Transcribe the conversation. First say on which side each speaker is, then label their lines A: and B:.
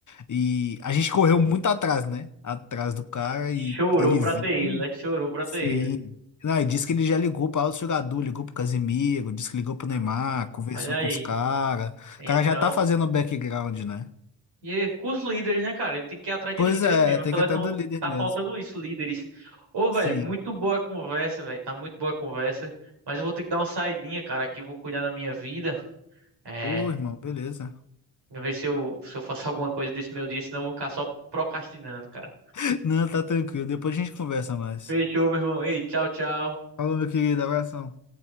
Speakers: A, on the left; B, on the right.
A: E a gente correu muito atrás, né? Atrás do cara e
B: Chorou
A: ele
B: pra
A: vinha,
B: ter ele, né? Chorou pra
A: sim.
B: ter ele.
A: Não, e disse que ele já ligou para outro jogador, ligou pro Casemiro, disse que ligou pro
B: Ah,
A: Neymar, conversou
B: olha
A: com
B: aí.
A: os caras.
B: Então,
A: O cara já tá fazendo o background, né?
B: e é com os líderes, né, cara? Ele tem que ir atrás de
A: Pois
B: líderes
A: é,
B: mesmo.
A: tem
B: A seleção
A: que até do líder
B: tá
A: mesmo.
B: faltando isso, líderes. Ô, velho,
A: Sim.
B: muito boa a conversa, velho. Tá muito boa a conversa. Mas eu vou ter que dar uma saidinha, cara, aqui. Vou cuidar da minha vida. É,
A: Ô, irmão, beleza.
B: Ver se eu, se eu faço <laughs> alguma coisa desse meu dia, senão eu vou ficar só procrastinando, cara.
A: <laughs> Não, tá tranquilo. Depois a gente conversa mais.
B: Fechou, meu irmão. Ei, tchau, tchau.
A: Falou, meu querido. Abração.